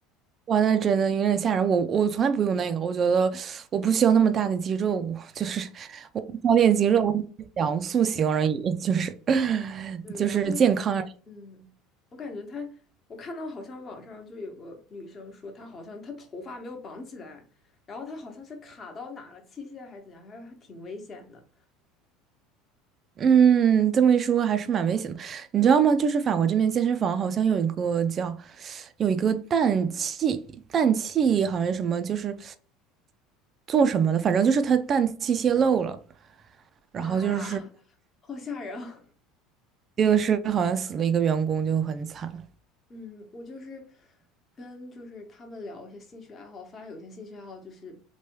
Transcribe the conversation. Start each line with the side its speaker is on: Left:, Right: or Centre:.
Right: 哇，那真的有点吓人。我我从来不用那个，我觉得我不需要那么大的肌肉，我就是我不需要练肌肉，我只是想塑形而已，就是 <laughs>
Left: 对，
Right: 就是健康。
Left: 然后嗯，我感觉她，我看到好像网上就有个女生说，她好像她头发没有绑起来，然后她好像是卡到哪了，器械还是怎样，还还挺危险的。
Right: 嗯，这么一说还是蛮危险的，你知道吗？就是法国这边健身房好像有一个叫，有一个氮气氮气好像什么，就是做什么的，反正就是它氮气泄漏了，然后就
Left: 妈呀，<laughs> 好吓人啊！
Right: 是好像死了一个员工，就很惨。
Left: 嗯，我就是跟就是他们聊一些兴趣爱好，发现有些兴趣爱好就是